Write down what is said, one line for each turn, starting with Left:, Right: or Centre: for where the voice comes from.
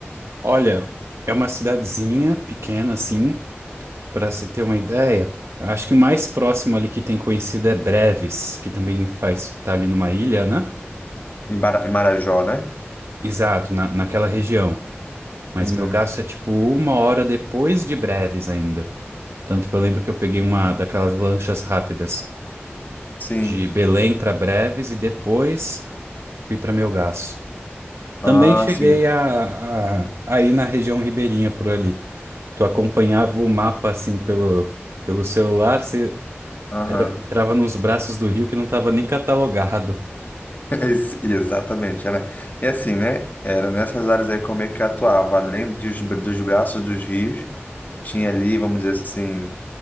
Right: Olha, é uma cidadezinha pequena assim, Para se ter uma ideia, acho que o mais próximo ali que tem conhecido é Breves, que também faz tá ali numa ilha, né?
Left: Em Bara- em Marajó, né?
Right: Exato, na, naquela região. Mas
Left: Uhum.
Right: meu gasto é tipo uma hora depois de Breves ainda. Tanto que eu lembro que eu peguei uma daquelas lanchas rápidas
Left: Sim.
Right: de Belém para Breves e depois fui para Melgaço. Também
Left: Ah,
Right: cheguei
Left: sim.
Right: a, a, a ir na região ribeirinha por ali. Tu acompanhava o mapa assim pelo, pelo celular,
Left: Aham.
Right: Era, entrava nos braços do rio que não estava nem catalogado.
Left: <laughs> Ex- Exatamente, era. E assim, né? Era nessas áreas aí como é que eu atuava, além dos, bra- dos braços dos rios, tinha ali, vamos dizer assim,